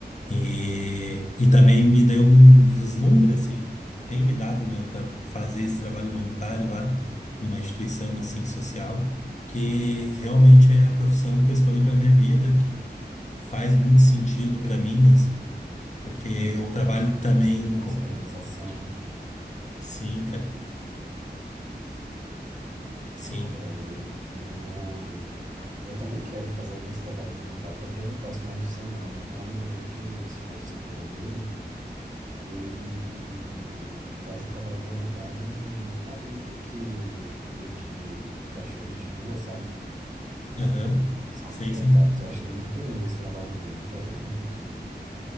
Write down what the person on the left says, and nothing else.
E, e também me deu um vislumbre, assim, tem me dado, né, para fazer esse trabalho voluntário lá numa instituição, assim, social, que realmente é a profissão que eu escolhi para minha vida, que faz
muito sentido para mim, assim, porque eu
trabalho
também
com...
Sim, cara, sim.
Aham,
Sei,
sim.